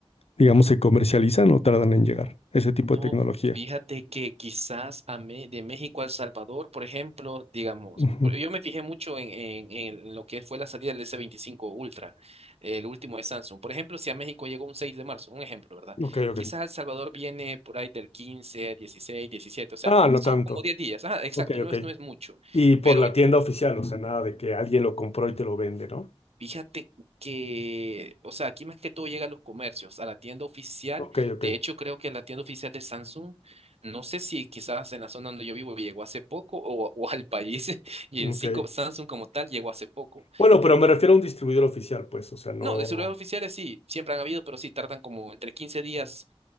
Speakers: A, on the left (about 80°); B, on the right (about 80°).
A: digamos, se comercializan o tardan en llegar, ese tipo
B: No,
A: de tecnología.
B: fíjate que quizás a Me- de México a El Salvador, por ejemplo, digamos,
A: Ujú.
B: por- yo me fijé mucho en, en- en lo que fue la salida del s veinticinco Ultra, el último de Samsung. Por ejemplo, si a México llegó un 6 de marzo, un ejemplo, ¿verdad?
A: Ok, ok.
B: Quizás a El Salvador viene por ahí del quince, dieciséis, diecisiete. o sea,
A: Ah, no
B: son
A: tanto.
B: como 10 días. Ajá, exacto,
A: Ok,
B: no
A: ok.
B: es, no es mucho,
A: Y por
B: pero
A: la tienda oficial, o sea, nada de que alguien lo compró y te lo vende, ¿no?
B: Fíjate que, o sea, aquí más que todo llega a los comercios, a la tienda oficial.
A: Ok, ok.
B: De hecho, creo que la tienda oficial de Samsung, no sé si quizás en la zona donde yo vivo llegó hace poco o, o al país <laughs> y
A: Ok.
B: en sí co- Samsung como tal llegó hace poco.
A: Bueno, pero me refiero a un distribuidor oficial, pues, o sea, no.
B: No, de celulares oficiales sí, siempre han habido, pero sí tardan como entre 15 días